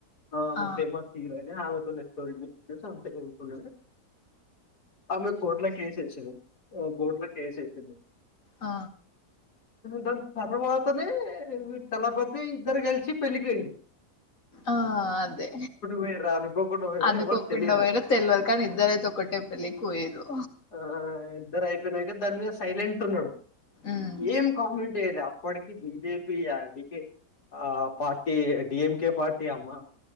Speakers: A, on the left; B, on the left.
A: అవును
B: ఆ
A: ఫేమస్ ఆమె తోనే <inaudible> ఆమె కోర్ట్లా కేసు ఎసింది కోర్టులో కేసు ఏసింది
B: ఆ
A: దాని తర్వాతనే తలపతి ఇద్దరు కలిసి పెళ్ళకి పోయిరు
B: ఆ అదే
A: పోయారా అనుకోకుండా పోయారా
B: అనుకోకుండా
A: ఎవరు తెలియదు
B: పోయరు తెలవదు కానీ ఇద్దరైతే ఒకటే పెళ్లికి పోయరు
A: ఆ, ఇద్దరు అయిపోయినాయికద దాని మీద సైలెంట్ ఉన్నాడు
B: ఉమ్
A: ఏం కామెడి అప్పటికి బిజెపి క ఆ పార్టీ డిఎంకె పార్టీ అమ్మా